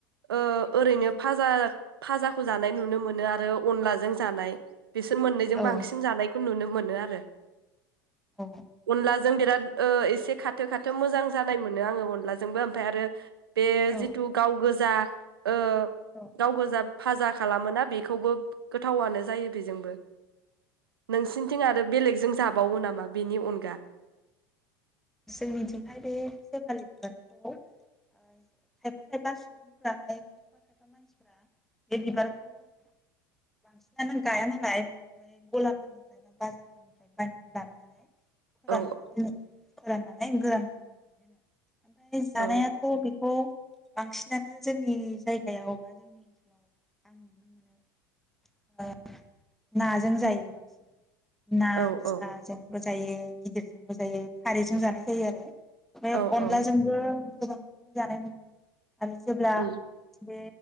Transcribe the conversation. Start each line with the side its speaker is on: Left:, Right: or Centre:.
Right: ओ ओरैनो फाजा फाजाखौ जानाय नुनो मोनो आरो अनलाजों जानाय बिसोर मोन्नैजों
Centre: औ
Right: बांसिन जानायखौ नुनो मोनो आरो
Centre: औ
Right: अनलाजों बिराद ओ एसे खा खाथो खाथो मोजां जानाय मोनो आङो अनलाजोंबो ओमफ्राय आरो बे
Centre: औ
Right: जिथु गाव गोजा ओ
Centre: औ
Right: गाव गोजा फाजा खालामोना बेखौबो गोथावानो जायो बेजोंबो नोंसिनिथिं आरो बेलेगजों जाबावो नामा बेनि अनगा
Centre: जोंनिथिंहाय बे सेपालि बिबारखौ ओ खायफा खायफा सुबुंफोराहाय खायफा खायफा मानसिफोरा बे बिबारखौ बांसिनानो गाया नालाय ओमफाय गलाफोरनिफ्राय बा बाजारफोरनिफ्राय बायनानै लाबोनानै फोराननानै
Right: औ
Centre: दोनो फोराननानै गोरान खालामनानै दोनो ओमफफ्राय जानायाथ'
Right: औ
Centre: बेखौ बांसिनानो जोंनि जायगायाव बा जोंनि ओनसोलाव आं नुनो मोनो नाजों जायो बांसिन ना
Right: औ औ
Centre: स ज <unintelligible> जायो गिदिरजों जायो खारैजों जानाय जायो आरो बे
Right: औ
Centre: अनलाजोंबो
Right: औ
Centre: गोबांखौनो जानाय मोयो आरो जेब्ला
Right: उम
Centre: बे